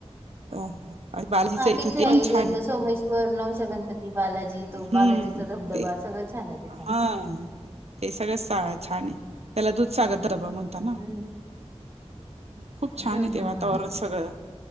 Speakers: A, on the right (about 70°); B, on the right (about 25°).
A: अ बालाजीच
B: हा
A: इथं
B: तिथलं
A: ते पण
B: एरियात
A: छान आहे
B: स वर नवसा गणपती, बालाजी तो
A: हम्म
B: बालाजीचा धबधबा
A: ते
B: सगळं छान होते.
A: हा ते सगळंच स छान आहे, त्याला दूध सागर धबा म्हण- ता न.
B: हम्म.
A: खूप
B: हम्म
A: छान येत
B: हम्म
A: वातावरण
B: हम्म
A: सगळं.